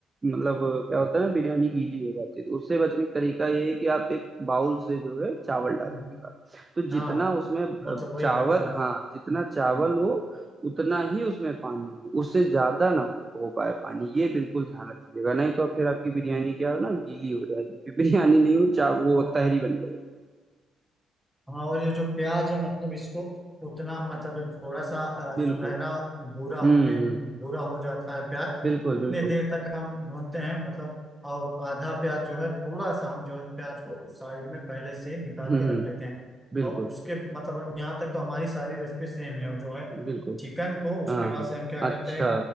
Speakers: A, on the right; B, in the centre.
A: मतलब क्या होता है ना बिरयानी गीली हो जाती है तो उससे बचने का तरीका ये है कि आप एक बाउल से जो है चावल डालिएगा
B: हम्म,
A: तो जितना
B: हाँ
A: उसमें अ,
B: मतलब वही
A: चावल
B: करते हैं
A: हाँ जितना चावल
B: हम्म
A: हो उतना ही उसमें पानी हो उससे ज्यादा ना हो पाए पानी ये बिल्कुल ध्यान रखिएगा नहीं तो फिर आपकी बिरयानी
B: हम्म
A: क्या हो ना गीली हो जाएगी फिर बिरयानी नहीं हो चा वो
B: और
A: तहरी बन जाएगी
B: हाँ और ये जो प्याज है मतलब इसको उतना मतलब जब थोड़ा सा अ,
A: बिल्कुल
B: सुनहरा भूरा होने
A: हम्म हम्म
B: भूरा हो जाता है प्याज
A: बिल्कुल
B: उतने
A: बिल्कुल
B: देर तक हम भूनते हैं मतलब और आधा प्याज जो है थोड़ा सा हम जो है प्याज को साइड में पहले से ही निकाल
A: हम्म
B: के
A: हम्म
B: रख लेते हैं
A: बिल्कुल
B: और उसके मतलब यहाँ तक तो हमारी सारी रेसिपी सेम है और जो है
A: बिल्कुल
B: चिकन को उसके
A: हाँ
B: बाद से हम क्या करते
A: अच्छा
B: हैं